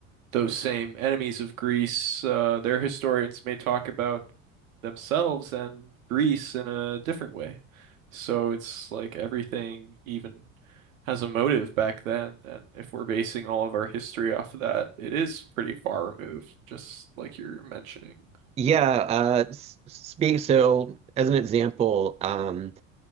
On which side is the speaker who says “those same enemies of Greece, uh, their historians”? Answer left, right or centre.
Right